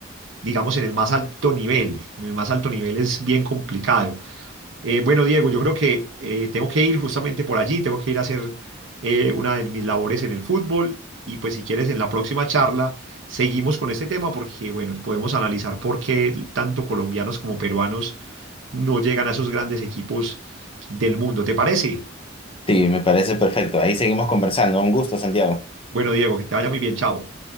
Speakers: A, on the right; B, on the left.
A: digamos, en el más alto nivel. En el más alto nivel es bien complicado. Eh, bueno, Diego, yo creo que eh, tengo que ir justamente por allí, tengo que ir a hacer eh, una de mis labores en el fútbol y pues si quieres en la próxima charla seguimos con este tema porque bueno, podemos analizar por qué tanto colombianos como peruanos no llegan a esos grandes equipos del mundo. ¿Te parece?
B: Sí, me parece perfecto. Ahí seguimos conversando. Un gusto, Santiago.
A: Bueno, Diego, que te vaya muy bien, chao.